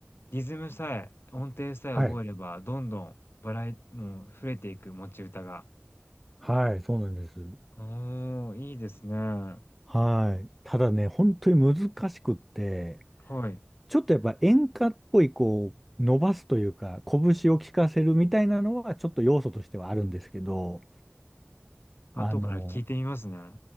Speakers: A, on the left (about 65°); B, in the centre.
A: リズムさえ、音程さえ覚えれば、
B: はい。
A: どんどんバラエもう増えていく持ち歌が。
B: はい、そうなんです。
A: おお、いいですね。は
B: はい。ただね、本当に難しくって、
A: い。
B: ちょっとやっぱ演歌っぽい、こう、伸ばすというか、拳を効かせるみたいなのは、ちょっと要素としてはあるんですけど、
A: 後から聞いてみますね。
B: あの、